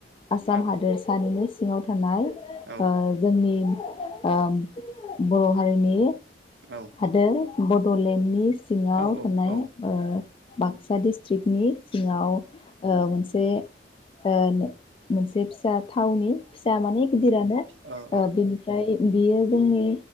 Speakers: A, on the left (about 30°); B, on the right (about 65°).
A: आसाम
B: औ
A: हादोरसानिनो सि सिङाव थानाय
B: औ
A: ओ जोंनि। ओम बर' हारि नि।
B: औ
A: हादोर। बड'लेण्डनि सिङाव
B: औ
A: थानाय
B: औ
A: ओ
B: औ
A: बाक्सा डिस्ट्रिक्टनि सिङाव ओ मोनसे से ओ मोनसे फिसा थावनि। फिसा माने गिदिरानो
B: औ
A: बिनिफ्राय बियो जोंनि